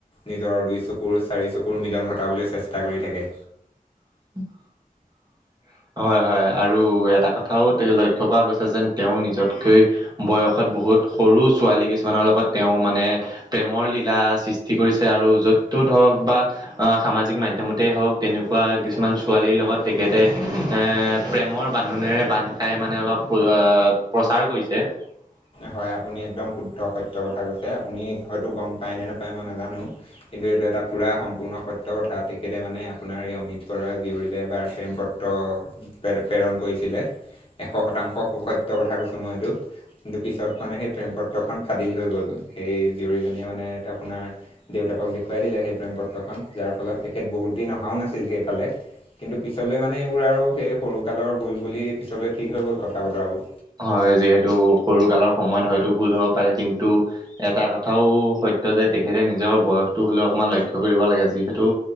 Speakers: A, on the left; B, on the right.
A: নিজৰ দুই চকুৰ চাৰি চকুৰ মিলন ঘটাবলৈ চেষ্টা কৰি থাকে
B: <unintelligible> হয় হয় আৰু এটা কথাও তে লক্ষ্য কৰা গৈছে যেন তেওঁ নিজতকৈ বয়সত বহুত সৰু ছোৱালী কিছুমানৰ লগত তেওঁ মানে প্ৰেমৰ লীলা সৃষ্টি কৰিছে আৰু য'ত ত হওক বা সামাজিক মাধ্যমতে হওক তেনেকুৱা কিছুমান ছোৱালীৰ লগত তেখেতে এ প্ৰেমৰ বান্ধোনেৰে বান্ধ খাই মানে অলপ প্ৰচাৰ কৰিছে। <unintelligible>
A: হয় আপুনি একদম শুদ্ধ সত্য কথা কৈছে আপুনি হয়তো গম পায় নে নোপায় মই নাজানো কিন্তু এইটো এটা পুৰা সম্পূৰ্ণ সত্য কথা তেখেতে মানে আপোনাৰ এই অমিত বৰুৱা জীয়ৰীলে এবাৰ প্ৰেম পত্ৰ প্ৰে প্ৰেৰণ কৰিছিলে এশ শতাংশ সত্যৰ কথা কৈছো মই এইটো কিন্তু পিছত মানে সেই প্ৰেম পত্ৰখন ফাদিল হৈ গ'ল সেই জীয়ৰীজনীয়ে মানে আপোনাৰ দেউতাকক দেখুৱাই দিলে। সেই প্ৰেম পত্ৰখন যাৰ ফলত তেখেত বহুত দিন অহাও নাছিল সেইফালে কিন্তু পিছলৈ মানে এইবোৰ আৰু সেই সৰুকালৰ ভুল বুলি পিছলৈ ঠিক হৈ গ'ল কথা বতৰাবোৰ
B: হয় যিহেতু সৰু কালৰ সময়ত হয় ভুল হ'ব পাৰে কিন্তু এটা কথাও সত্য যে তেখেতে নিজৰ বয়সটো হ'লেও অকণমান লক্ষ্য কৰিব লাগে যিহেতু